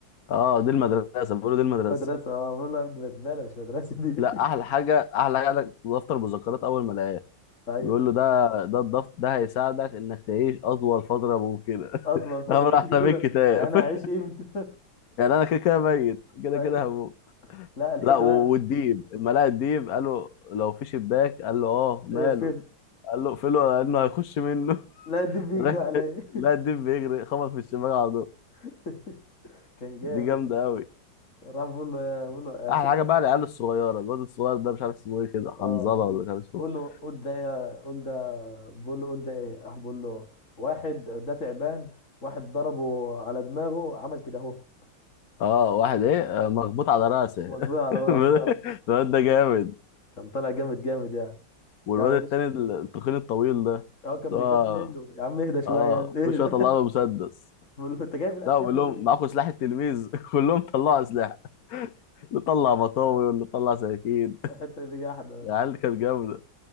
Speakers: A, on the left (about 60°); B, on the left (about 40°).
A: اه دي المدرسه بيقولوا دي المدرسه
B: مدرسة اه بقول له يا ابني بسبالة مش مدرسة دي
A: لا احلى حاجه احلى حاجه عندك دفتر مذكرات اول ما لقاه
B: <laughs> ايوه
A: بيقول له ده ده الضغط ده هيساعدك انك تعيش اطول فتره ممكنه
B: اطول فترة
A: هم احنا
B: اولى
A: بيت كتاب
B: يعني انا هعيش
A: <laughs>
B: امتى
A: يعني انا كده كده ميت
B: <laughs>
A: كده
B: ايوه
A: كده هموت
B: لا الحتة
A: لا و-
B: بقى
A: والديب اما لقى الديب قال له لو في شباك قال له اه ماله
B: إيه فين
A: قال له اقفله لانه هيخش منه
B: لا دي
A: <laughs>
B: بيجري
A: راح-
B: عليا
A: لا الديب بيجري خبط في الشباك على طول
B: <laughs> كان جامد
A: دي جامده قوي
B: راح بقول له يا بقول له يا
A: احلى
B: شيخ
A: حاجه
B: انا
A: بقى العيال الصغيره الواد الصغير ده مش عارف اسمه ايه كده
B: اه
A: حنظله ولا مش عارف اسمه
B: بقول
A: ايه
B: بقول له قول ده يا قول ده بقول له قول ده ايه راح بقول له واحد ده تعبان واحد ضربه على دماغه عمل كده اهو
A: اه واحد ايه آه، مخبوط على راسه
B: <laughs> مجبور على
A: <laughs>
B: راسه آه.
A: الواد ده جامد
B: كان طالع جامد جامد يعني
A: والواد
B: لا معلش
A: التاني التخين الطويل ده
B: هو كان
A: اللي
B: بيخاف
A: هو
B: منه يا عم اهدى شوية
A: اه
B: اهدى
A: كل شويه
B: <laughs>
A: طلع له مسدس
B: بقول له انت جايب الاسلحه
A: لا بقول لهم
B: دي ليه؟
A: معاكم سلاح التلميذ <laughs> كلهم طلعوا سلاح اللي طلع مطاوي واللي طلع سكاكين
B: الحته دي جاحده بقى.
A: العيال دي كانت جامده